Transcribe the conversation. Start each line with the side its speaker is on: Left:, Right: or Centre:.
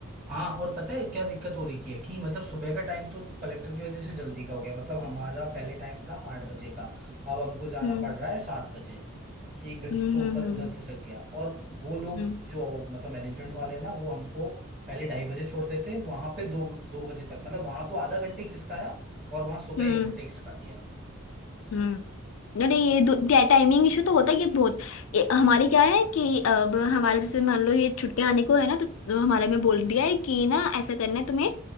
Right: हाँ और पता है क्या दिक्कत हो रही की है कि मतलब सुबह का टाइम तो कलेक्टर की वजह से जल्दी का हो गया मतलब हमारा पहले टाइम था आठ बजे का अब हमको जाना
Left: हम्म
Right: पड़ रहा है सात बजे एक घंटे
Left: हम्म
Right: तो ऊपर
Left: हम्म
Right: उधर खिसक गया और वो लोग
Left: हम्म
Right: जो मतलब मैनेजमेंट वाले हैं ना वो हमको पहले ढाई बजे छोड़ देते हैं वहां पे दो दो बजे तक मतलब वहां तो आधा घंटे खिसकाया और वहां सुबह
Left: हम्म
Right: एक घंटे
Left: हम्म।
Right: खिसका दिया
Left: हम्म अरे ये टाइमिंग इशू तो होता है ये बहुत ए, हमारे क्या है कि अब हमारे जैसे मान लो ये छुट्टियां आने को है ना तो तो हमारे में बोल दिया है कि ना ऐसा करना है तुम्हें